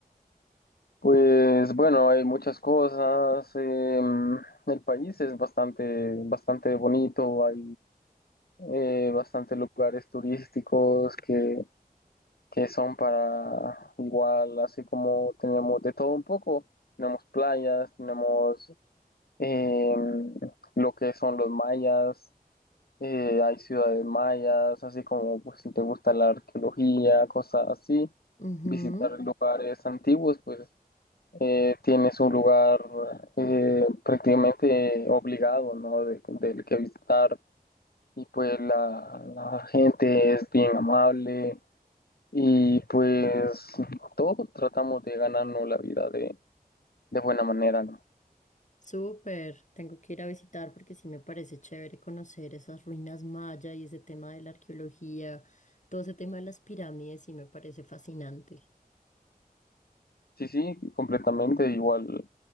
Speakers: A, on the left; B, on the left.
A: Pues bueno, hay muchas cosas. em, el país es bastante, bastante bonito. Hay eh, bastantes lugares turísticos que, que son para igual, así como tenemos de todo un poco. Tenemos playas, tenemos em, lo que son los mayas. eh, hay ciudades mayas, así como pues, si te gusta la arqueología, cosas así.
B: Ujú,
A: Visitar lugares antiguos, pues eh, tienes un lugar eh, prácticamente obligado, ¿no? De- del que visitar y pues la, la gente es bien amable y pues todos tratamos de ganarnos la vida de, de buena manera, ¿no?
B: súper. Tengo que ir a visitar porque sí me parece chévere conocer esas ruinas maya y ese tema de la arqueología, todo ese tema de las pirámides, sí me parece fascinante.
A: Sí, sí, completamente igual,